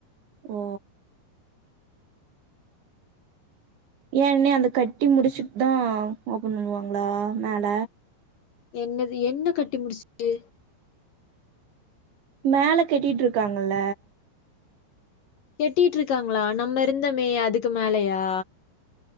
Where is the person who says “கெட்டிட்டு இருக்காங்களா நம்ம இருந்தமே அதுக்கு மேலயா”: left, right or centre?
Left